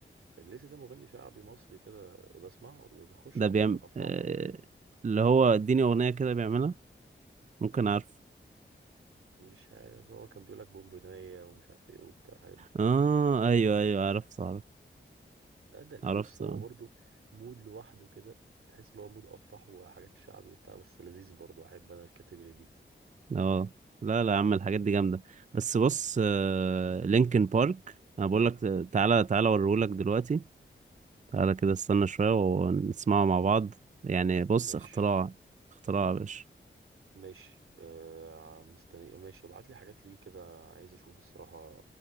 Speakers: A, on the right; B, on the right.
A: الليسي ده مغني شعبي مصري كده بسمعه ده بيخش
B: ده
A: على
B: بيعمل
A: طول في الافراح
B: آه،
A: وبتاع
B: اللي هو اديني أغنية كده بيعملها ممكن عارف
A: مش عارف هو كان بيقول لك بونبونية ومش عارف ايه وبتاع الحاجات دي
B: اه ايوه ايوه عرفت عرفت
A: لا ده
B: عرفت
A: بص هو
B: اه
A: برضو مود لوحده كده تحس ان هو مود افراح وحاجات شعبي وبتاع بس لذيذ برضو احب انا الكاتيجوري دي
B: آه. لا لا يا عم الحاجات دي جامدة بس بص آه لينكن بارك انا بقول لك تعالى تعالى اوريهولك دلوقتي تعالى كده استنى شوية ونسمعه مع بعض يعني بص
A: ماشي
B: اختراع اختراع يا باشا
A: ماشي آه مستني ماشي ابعت لي حاجات ليه كده عايز اشوف الصراحة